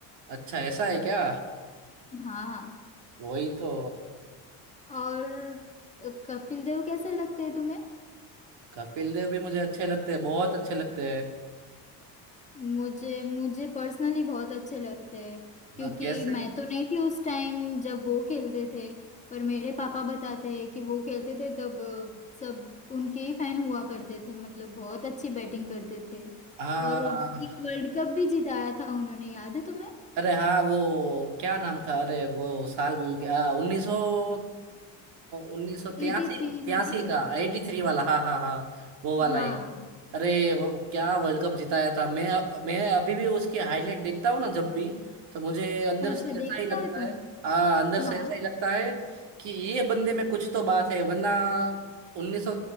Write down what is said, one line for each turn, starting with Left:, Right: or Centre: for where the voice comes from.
Right: अच्छा ऐसा है क्या
Left: हाँ
Right: वही तो
Left: और कपिल देव कैसे लगते हैं तुम्हें
Right: कपिल देव भी मुझे अच्छे लगते हैं बहुत अच्छे लगते हैं
Left: मुझे मुझे पर्सनली बहुत अच्छे लगते हैं
Right: अ,
Left: क्योंकि
Right: कैसे
Left: मैं तो नहीं थी उस टाइम जब वो खेलते थे पर मेरे पापा बताते हैं कि वो खेलते थे तब अ, सब उनके ही फैन हुआ करते थे मतलब बहुत अच्छी बैटिंग करते थे
Right: हाँ
Left: और एक वर्ल्ड कप भी जिताया था उन्होंने याद है तुम्हें
Right: अरे हाँ वो क्या नाम था अरे वो साल भूल गया उन्नीस सौ उन्नीस सौ तिरासी
Left: एटी थ्री
Right: तिरासी
Left: में भी
Right: का एटी थ्री वाला हाँ हाँ हाँ वो वाला
Left: हाँ
Right: ही अरे वो क्या वर्ल्ड कप जिताया था मैं मैं अभी भी उसकी हाईलाइट देखता हूँ ना जब भी तो मुझे अंदर
Left: अच्छा
Right: से ऐसा
Left: देखते
Right: ही लगता
Left: हो तुम
Right: है हाँ अंदर
Left: हाँ
Right: से ऐसा ही लगता है कि ये बंदे में कुछ तो बात है वरना उन्नीस सौ